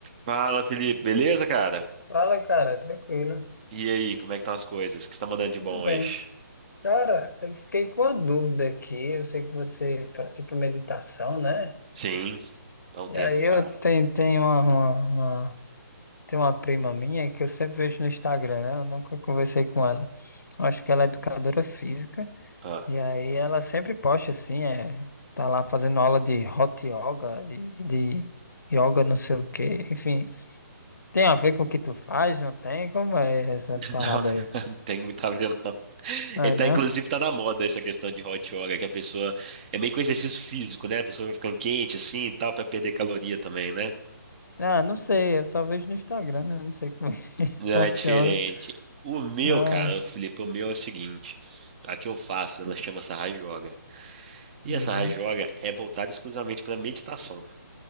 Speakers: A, on the right; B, on the left.
A: Fala, Felipe, beleza, cara?
B: Fala, cara, tranquilo.
A: E aí, como é que estão as coisas? O que você tá mandando de
B: Tudo
A: bom
B: bem.
A: hoje?
B: Cara, eu fiquei com uma dúvida aqui. Eu sei que você pratica meditação, né?
A: Sim, há um
B: E
A: tempo
B: aí eu
A: já.
B: tenho, tenho uma, uma, uma- tem uma prima minha que eu sempre vejo no Instagram, né? Eu nunca conversei com ela. Eu acho que ela é educadora física.
A: Ah,
B: E aí ela sempre posta assim, é, tá lá fazendo aula de hot yoga e de yoga não sei o quê. Enfim, tem a ver com o que tu faz, não tem? Como é essa
A: <laughs>
B: parada
A: não,
B: aí?
A: não tem muito a ver, não.
B: Não
A: Ele
B: é
A: tá,
B: não?
A: inclusive, tá na moda essa questão de hot yoga, que a pessoa é meio que um exercício físico, né? A pessoa vai ficando quente assim e tal, pra perder caloria também, né?
B: Ah, não sei, eu só vejo no Instagram, né? Não sei como <laughs> é que
A: Não,
B: funciona.
A: é diferente. O meu,
B: Ah,
A: cara, o Felipe, o meu é o seguinte: a que eu faço, ela chama Sahaj Yoga. E
B: uhum,
A: essa Raja Yoga é voltada exclusivamente para meditação.